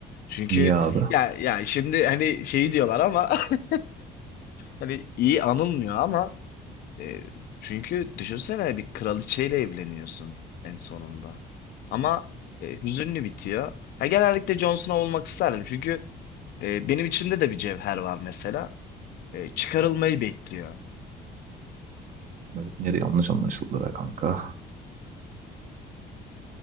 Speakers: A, on the left; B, on the right.
A: Çünkü
B: Niye abi?
A: ya ya şimdi hani şeyi diyorlar ama <laughs> hani iyi anılmıyor ama e, çünkü düşünsene bir kraliçeyle evleniyorsun en sonunda. Ama e, hüzünlü bitiyor. Ya genellikle Jon Snow olmak isterdim çünkü e, benim içimde de bir cevher var mesela. E, çıkarılmayı bekliyor.
B: Böyle dünyada yanlış anlaşıldı be kanka.